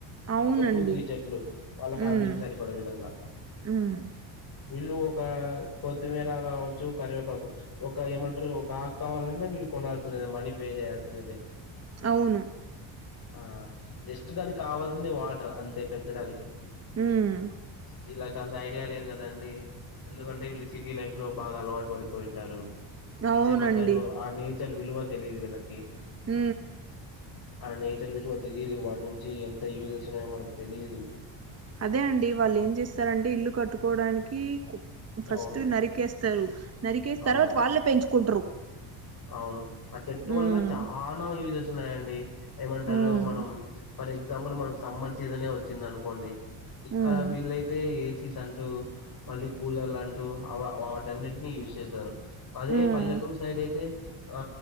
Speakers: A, on the right; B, on the left.
A: అవునండి
B: ఒక టూ త్రీ చెట్లు వాళ్ళ ఫ్యామిలీకి
A: ఉమ్
B: సరిపడే విధంగా
A: ఉమ్
B: వీళ్ళు ఒక ఒక కొత్తిమీర కావచ్చు కరివేపాకు ఒక ఏమంటారు ఒక ఆక్కవాలన్నా వీళ్ళు కొనాల్సినది మనీ పే చేయాల్సినది
A: అవును
B: ఆ జస్ట్ దానికి కావాల్సింది వాటర్ అంతే పెంచడానికి
A: ఉమ్
B: వీళ్ళకి అంత ఐ ఐడియా లేదు కదాండి ఎందుకంటే వీళ్ళు సిటీ లైఫ్ లో బాగా అలవాటు పడిపోయింటారు
A: అవునండి
B: ఏమంటారు ఆ నీటి చ్చ విలువ తెలియదు వీళ్ళకి
A: హ
B: ఆ నేచర్ విరువా తెలియదు వాటి నుంచి ఎంత యూజెస్ ఉన్నాయో మనకి తెలిదు
A: అదే అండి వాళ్ళు ఏం చేస్తారంటే ఇల్లు కట్టుకోడానికి ఫస్ట్
B: అవును
A: నరికేస్తారు నరికేసి
B: అవును
A: తర్వాత వాళ్ళే పెంచుకుంటారు
B: అవును ఆ చెట్టు వల్ల
A: ఉమ్
B: చాలానా యూజ సన్నాయండి ఏమంటారు
A: ఉమ్
B: మనం ఫర్ ఎగ్జాంపుల్ మనకు సమ్మర్ సీజనే వచ్చింది అనుకోండి ఇక్కడ
A: ఉమ్
B: వీళ్ళయితే ఏ అంటూ మళ్ళీ కూలర్లు అంటూ వాటనిట్టి యూజ్ చేస్తారు అదే
A: ఉమ్
B: పల్లెటూరు సైడ్ అయితే ఆ